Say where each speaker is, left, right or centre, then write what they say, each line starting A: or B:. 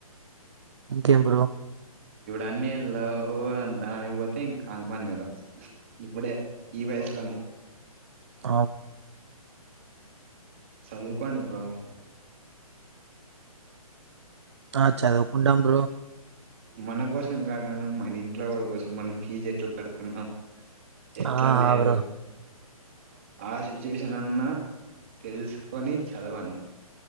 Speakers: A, on the right (about 50°); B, on the right (about 20°).
A: ఇంకేం బ్రో
B: అన్ని లవ్ అని దానికి పోతే ఇంకా కానిపానీ బ్రో ఇప్పుడే ఈ వయసులోనే
A: ఆవ్
B: చదువుకోండి బ్రో
A: ఆ చదవుకుంటాను బ్రో
B: మన కోసం కాకుండా మన ఇంట్లో వాళ్ళ కోసం మనం పీజ్ ఎట్లా పెడుతుందొ ఎట్లా
A: ఆ
B: లేదు
A: ఆ బ్రో
B: ఆ సిచ్యువే కొంచెం అన్నా తెలుసుకొని చదవండి